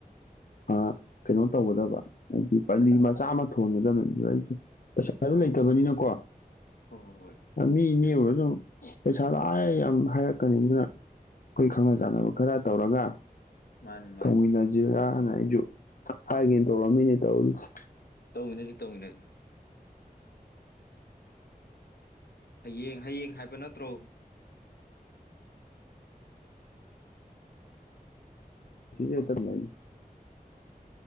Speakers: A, on the left (about 65°); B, on the left (about 85°).
A: ꯑꯥꯑꯅꯣ ꯇꯧꯒꯗꯕ ꯍꯥꯏꯗꯤ ꯄꯜꯂꯤ ꯃꯆꯥ ꯑꯃ ꯊꯣꯟꯒꯗꯕꯅꯤ ꯑꯗꯨꯗ ꯑꯩꯁꯦ ꯄꯩꯁꯥ ꯑꯗꯨ
B: ꯍꯣ
A: ꯂꯩꯇꯕꯅꯤꯅꯀꯣ
B: ꯍꯣ ꯍꯣ ꯍꯣꯏ ꯍꯣꯏ
A: ꯃꯤ ꯅꯦꯑꯣꯏꯨꯔ ꯑꯗꯨꯣ ꯄꯩꯁꯥꯗꯑ
B: ꯎꯝ ꯎꯝ
A: ꯌꯥꯝ ꯍꯥꯏꯔꯛ ꯀꯅꯤꯗꯨꯅ ꯑꯩꯈꯣꯏ ꯈꯪꯅ ꯆꯥꯟꯅꯕ ꯈꯔ ꯇꯧꯔꯒ
B: ꯃꯥꯅꯤ ꯃꯥꯅꯤ
A: ꯇꯣꯏ ꯅꯖꯤ ꯑꯩ ꯍꯥꯏꯦ ꯇꯧ ꯃꯤꯅꯤ ꯇꯧꯜꯁꯤ
B: ꯇꯧꯅꯁꯤ ꯇꯧꯅꯁꯤ ꯍꯌꯦꯡ ꯍꯌꯦꯡ ꯍꯥꯏꯕ ꯅꯠꯇ꯭ꯔꯣ
A: ꯁꯤ ꯑꯦꯇꯅꯥ